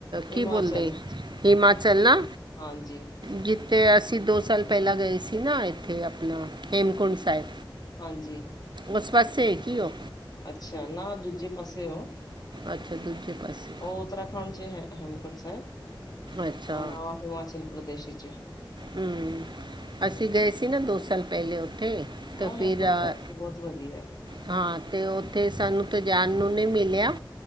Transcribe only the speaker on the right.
ਕੀ ਬੋਲਦੇ ਹਿਮਾਚਲ ਨਾ
ਜਿੱ ਤੇ ਅਸੀਂ ਦੋ ਸਾਲ ਪਹਿਲਾਂ ਗਏ ਸੀ ਨਾ ਇੱਥੇ ਆਪਣਾ ਹੇਮਕੁੰਡ ਸਾਹਿਬ।
ਉਸ ਪਾਸੇ ਹੀ ਕੀ ਉਹ
ਅੱਛਾ, ਦੂਜੇ ਪਾਸੇ।
ਅੱਛਾ
ਹਮ ਅਸੀਂ
ਗਏ ਸੀ ਨਾ ਦੋ ਸਾਲ ਪਹਿਲੇ ਉੱਥੇ।
ਤੇ
ਫਿਰ ਅ,
ਹਾਂ ਤੇ ਉੱਥੇ ਸਾਨੂੰ ਤਾਂ ਜਾਣ ਨੂੰ ਨਹੀਂ ਮਿਲਿਆ।